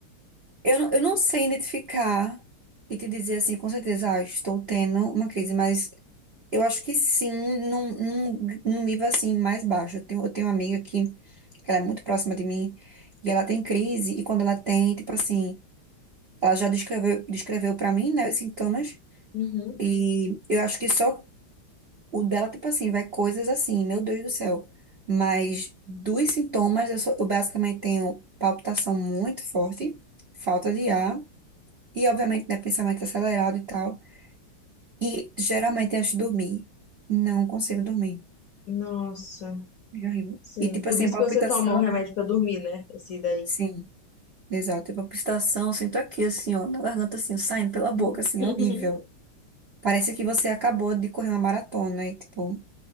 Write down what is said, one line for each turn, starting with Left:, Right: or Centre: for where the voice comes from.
Right: Eu, não- eu não sei identificar e te dizer assim, com certeza, ah, estou tendo uma crise, mas eu acho que sim, num, num- num nível assim mais baixo. Eu tenho, eu tenho uma amiga que ela é muito próxima de mim e ela tem crise, e quando ela tem, tipo assim, ela já descreveu, descreveu para mim, né, os sintomas,
Left: Uhum.
Right: e eu acho que só o dela, tipo assim, vai coisas assim, meu Deus do céu. Mas dos sintomas, eu, só- eu basicamente tenho palpitação muito forte, falta de ar. E, obviamente, né, pensamento acelerado e tal. E, geralmente, antes de dormir, não consigo dormir.
Left: nossa,
Right: É horrível.
Left: sim.
Right: E, tipo
Left: Por
Right: assim,
Left: isso
Right: palpitação.
Left: que você toma o remédio pra dormir, né? Esse daí.
Right: Sim, exato. Tipo, palpitação, eu sinto aqui, assim, ó, na garganta, assim, saindo pela boca,
Left: <laughs>
Right: assim, é horrível. Parece que você acabou de correr uma maratona e, tipo,